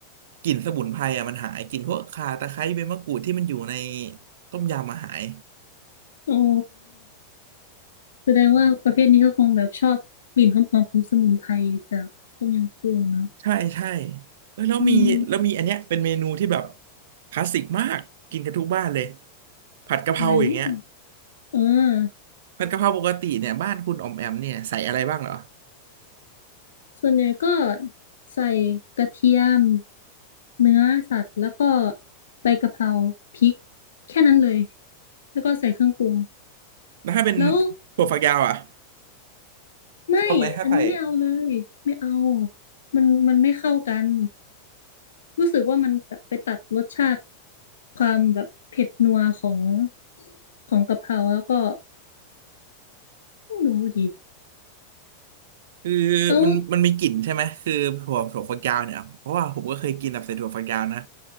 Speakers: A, on the right; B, on the left.
A: กลิ่นสมุนไพรอ่ะมันหายกลิ่นพวกข่าตะไคร้ใบมะกรูดที่มันอยู่ในต้มยำมาหาย
B: โอ้แสดงว่าประเภทนี้เขาคงแบบชอบกลิ่นหอมๆของสมุนไพรจากต้มยำกุ้งเนาะ
A: ใช่ใช่เอ้ยแล้วมีแล้วมีอันเนี้ยเป็นเมนูที่แบบ
B: อืม
A: คลาสสิกมากกินกันทุกบ้านเลยผัดกะเพราอย่างเงี้ย
B: อะไรเนู้นเออ
A: ผัดกะเพราปกติเนี่ยบ้านคุณออมแอมเนี่ยใส่อะไรบ้างเหรอ
B: ส่วนใหญ่ก็ใส่กระเทียมเนื้อสัตว์แล้วก็ใบกะเพราพริกแค่นั้นเลยแล้วก็ใส่เครื่องปรุง
A: แล้วถ้าเป็น
B: แล้ว
A: ถั่วฝักยาวอ่ะ
B: ไม่อันนี้ไม่เอาเลยไม่เอา
A: ชอบไหมถ้าใส่
B: มันมันไม่เข้ากันรู้สึกว่ามันแบบไปตัดรสชาติความแบบเผ็ดนัวของของกะเพราแล้วก็ไม่รู้ดิ
A: คือ
B: แล้ว
A: มันมันมีกลิ่นใช่ไหมคือถั่วถั่วฝักยาวเนี่ยเพราะว่าผมก็เคยกินแบบใส่ถั่วฝักยาวนะ